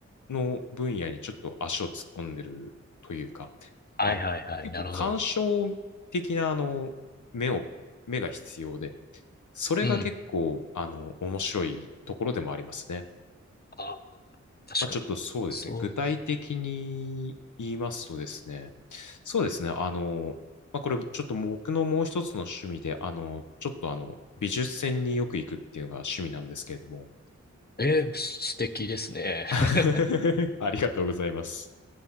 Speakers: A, on the left; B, on the left.
A: の分野にちょっと足を突っ込んでるというか、
B: はいはいはい。
A: あの、結構鑑賞的な、
B: なるほど。
A: あの、目を、目が必要で、それが結構、
B: うん。
A: あの、面白いところでもありますね。
B: あ、確かに。
A: まあ、ちょっとそうですね。
B: そう。
A: 具体的に言いますとですね、そうですね。あの、まあ、これちょっと僕のもう一つの趣味で、あの、ちょっとあの、美術展によく行くっていうのが趣味なんですけれども。
B: えー、素敵ですね。
A: <laughs>
B: <laughs>
A: ありがとうございます。